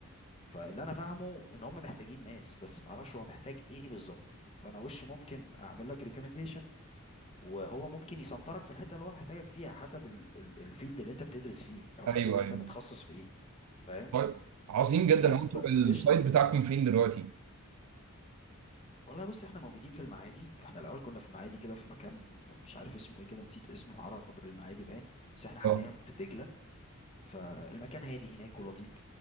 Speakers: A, on the left; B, on the right.
A: فاللي انا فاهمه ان هم محتاجين ناس بس ما اعرفش هو محتاج ايه بالظبط فانا وش ممكن اعمل لك ريكومنديشن وهو ممكن يسنطرك في الحته اللي هو محتاجك فيها حسب ال- ال- الفيلد اللي انت بتدرس فيه او
B: ايوه
A: حسب انت
B: ايوه
A: متخصص في ايه فاهم
B: طيب، عظيم جدا
A: بس
B: هو انتوا
A: فقشطه
B: السايت بتاعكم فين دلوقتي
A: والله بص احنا موجودين في المعادي احنا الاول كنا في المعادي كده في مكان مش عارف اسمه ايه كده نسيت اسمه عرب المعادي باين بس احنا حاليا
B: اه
A: في دجله فالمكان هادي هناك ولطيف